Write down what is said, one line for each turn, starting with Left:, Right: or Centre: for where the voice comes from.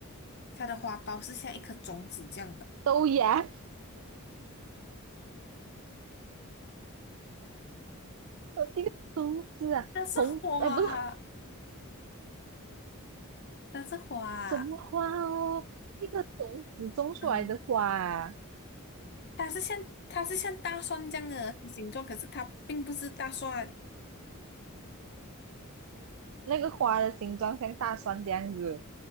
Left: 它的花苞是像一颗种子这样的，
Right: 豆芽，呃一个种子啊，
Left: 它是花，
Right: 红，哎，不是
Left: 它是花，
Right: 什么花哦，一个种子种出来的花啊
Left: 嗯，它是像它是像大蒜这样的形状，可是它并不是大蒜，
Right: 那个花的形状像大蒜这样子。